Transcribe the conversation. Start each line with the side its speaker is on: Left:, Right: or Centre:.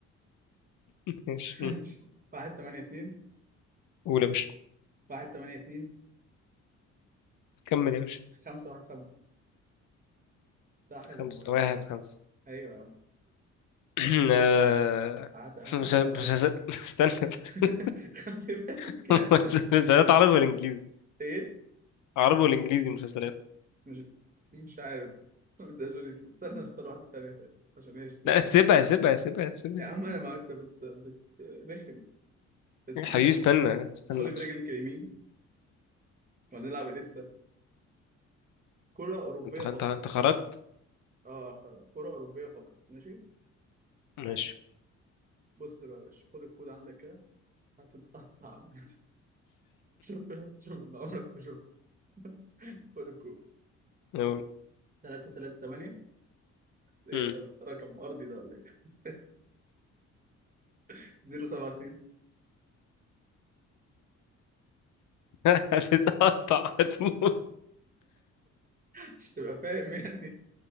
Left: ماشي
Right: <laughs>
Left: مم.
Right: واحد تمانية اتنين
Left: قول يا باشا
Right: واحد تمانية اتنين
Left: كمل يا باشا
Right: خمسة واحد خمسة ده حلو
Left: خمسة
Right: المرة دي
Left: واحد
Right: يا باشا.
Left: خمسة
Right: أيوة يا عم
Left: <clears throat>
Right: هتتقطع
Left: آه،
Right: هت... هتاخد
Left: مش ه-
Right: على وشك
Left: مش هس- <laughs> استنى
Right: <laughs>
Left: بس.
Right: خلي بالك
Left: <laughs>
Right: يعني
Left: مسلسلات عربي ولا انجليزي
Right: إيه
Left: عربي ولا انجليزي مسلسلات
Right: مش مش عارف <laughs> ده جونيفر استنى نختار واحدة تانية طيب عشان هي شكلها
Left: لا
Right: رخم
Left: سيبها سيبها سيبها سيبها
Right: يا عم أنا ما أنت بت بت رخم ادخلي
Left: يا حبيبي استنى استنى
Right: ادخلي
Left: بس
Right: برجلك اليمين وهنلعب لسه كرة أوروبية
Left: انت
Right: فقط
Left: انت انت خرجت
Right: اه خلاص كرة أوروبية فقط ماشي تعال
Left: ماشي
Right: بص بقى يا باشا خد الكود عندك كده هتتقطع <laughs> عامة. شوف شوف اللي عمرك ما شفته <laughs> خد الكود
Left: نقول
Right: 3 3 8 ايه
Left: امم
Right: ده رقم أرضي ده ولا ايه <laughs> 0 7 2
Left: <laughs> هتتقطع هتموت
Right: <laughs> مش تبقى فاهم يعني